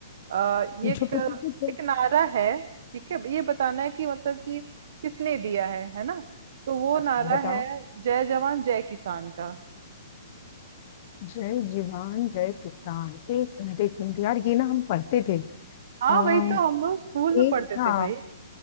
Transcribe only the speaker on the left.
पूछो
पूछो पूछो
अच्छा
बताओ
जय जवान जय किसान एक मिनट एक मिनट यार ये ना हम पढ़ते थे
आ,
एक
था